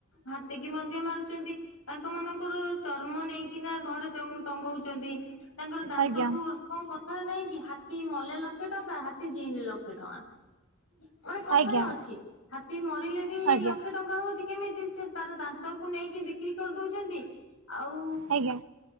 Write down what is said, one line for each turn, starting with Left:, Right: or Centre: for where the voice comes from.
Left: ହାତୀ କିି ମଧ୍ୟ ମାରୁଛନ୍ତି। ତାଙ୍କ ମାନଙ୍କର ଚର୍ମ ନେଇକିନା ଘରେ ଟଙ୍ଗଉଛନ୍ତି ତାଙ୍କର ଦାନ୍ତକୁ
Right: ଆଜ୍ଞା
Left: କଣ କଥାରେ ନାଇଁ କି ହାତୀ ମଲେ ଲକ୍ଷେ ଟଙ୍କା ହାତୀ ଜିଇଁନେ ଲକ୍ଷେ ଟଙ୍କା। ମାନେ କଥାରେ
Right: ଆଜ୍ଞା
Left: ଅଛି ହାତୀ ମରିଲେ ବି
Right: ଆଜ୍ଞା
Left: ଲକ୍ଷେ। ଟଙ୍କା ହଉଚି କେମିତି ସେ ତାର ଦାନ୍ତକୁ ନେଇକି ବିକ୍ରି କରିଦଉଚନ୍ତି। ଆଉ।
Right: ଆଜ୍ଞା ଆଜ୍ଞା